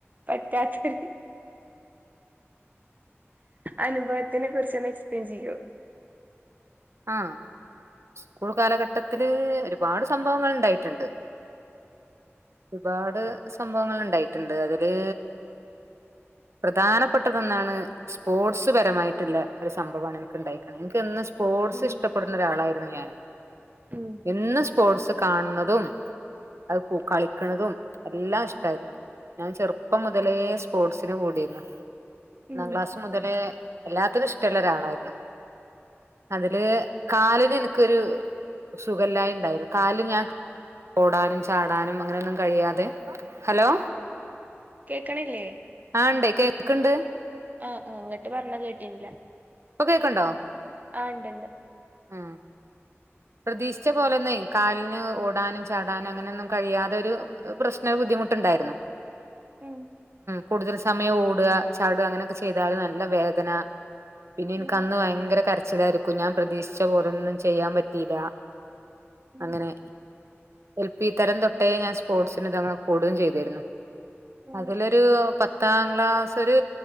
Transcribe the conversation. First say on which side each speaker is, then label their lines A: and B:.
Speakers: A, on the right (about 40°); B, on the right (about 70°).
A: പറ്റാത്തൊരു അനുഭവത്തിനെ കുറിച്ച് ഒന്ന് എക്സ്പ്ലെയിൻ ചെയ്യോ
B: ആഹ് സ്കൂൾ കാലഘട്ടത്തില് ഒരുപാട് സംഭവങ്ങൾ ഉണ്ടായിട്ടുണ്ട് ഒരുപാട് സംഭവങ്ങൾ ഉണ്ടായിട്ടുണ്ട് അതില് പ്രധാനപ്പെട്ടതൊന്നാണ് സ്പോർട്സ് പരമായിട്ടുള്ള ഒരു സംഭവാണ് എനിക്ക് ഇണ്ടായിക്ക്‌ണ്‌ എനിക്ക്ന്ന് പോർട്സ്
A: ഉം
B: ഇഷ്ടപ്പെടുന്ന ഒരാളായിരുന്നു ഞാൻ
A: ഉം
B: എന്ന് സ്പോർട്സ് കാണുന്നതും അത് കു കളിക്ക്‌ണതും എല്ലാം ഇഷ്ടായിരുന്നു ഞാൻ ചെറുപ്പം മുതലേ സ്പോർട്സിന് കൂടിരുന്നു ഒന്നാം
A: ഉം
B: ക്ലാസ് മുതലേ എല്ലാത്തിനും ഇഷ്ടള്ള ഒരാളായിരുന്നു അതില് കാലിന് ഇൻക്കൊരു സുഖല്ലായി ഇണ്ടായി കാല് ഞാൻ ഓടാനും ചാടാനും അങ്ങനെയൊന്നും കഴിയാതെ ഹലോ
A: കേക്ക്‌ണില്ലേ
B: ആ ഇണ്ടെയ്‌ കേക്ക്ണ്ട്
A: ആ ആ ഇങ്ങട്ട് പറഞ്ഞത് കേട്ടീന്നില
B: കേക്ക്ണ്ടോ
A: ആ ഇണ്ട് ണ്ട്
B: ഉം പ്രതീക്ഷിച്ച പോലൊന്നു കാലിന് ഓടാനും ചാടാനും അങ്ങനൊന്നും കഴിയാതെ ഒരു പ്രശ്ന ബുദ്ധി മുട്ടുണ്ടായിരുന്നു
A: ഉം
B: കൂടുതൽ സമയം ഓട് ചാട് അങ്ങനെയൊക്കെ ചെയ്താല് നല്ല വേദന പിന്നെ ഇന്ക്ക്
A: ഉം
B: അന്ന് വയങ്കര കരച്ചിലായിരിക്കും ഞാൻ പ്രതീക്ഷിച്ച പോലൊന്നും ചെയ്യാൻ പറ്റീല
A: ഉം
B: അങ്ങനെ എൽ പി തരം തൊട്ടേ ഞാൻ സ്പോർട്സിന് കൂടുകയും ചെയ്തിരുന്നു
A: ഉം
B: അതിലൊരു പത്ത് പത്താം ക്ലാസ് ഒരു